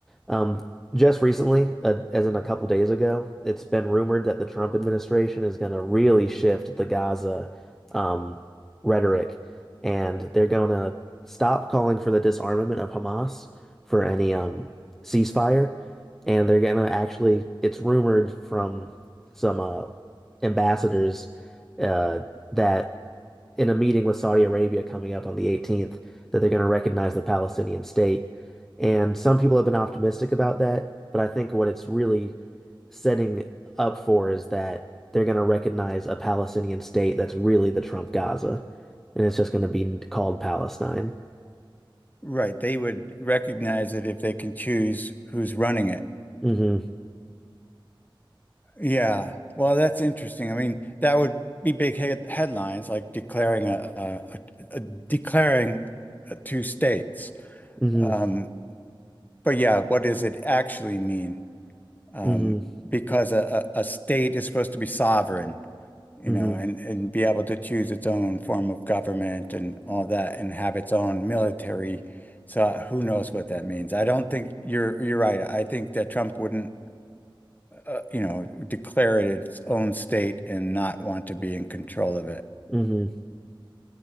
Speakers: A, in the centre; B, on the left (about 20°).
A: um, just recently, uh, as in a couple days ago, it's been rumored that the Trump administration is going to really shift the Gaza um, rhetoric, and they're going to stop calling for the disarmament of Hamas for any um, ceasefire, and they're going to actually, it's rumored from some uh, ambassadors uh, that in a meeting with Saudi Arabia coming up on the 18th that they're going to recognize the Palestinian state. And some people have been optimistic about that, but I think what it's really setting up for is that they're going to recognize a Palestinian state that's really the Trump Gaza, and it's just going to be called Palestine.
B: Right. They would recognize it if they can choose who's running it.
A: hmm
B: Yeah. Well, that's interesting. I mean, that would be big head headlines like declaring a, a, a, a declaring uh, two states.
A: hmm
B: Um, but yeah, what does it actually mean? um,
A: hmm
B: because a, a state is supposed to be sovereign, you
A: hmm
B: know, and, and be able to choose its own form of government and all that and have its own military. So uh, who knows what that means? I don't think you're you're right. I think that Trump wouldn't, uh, you know, declare it its own state and not want to be in control of it.
A: hmm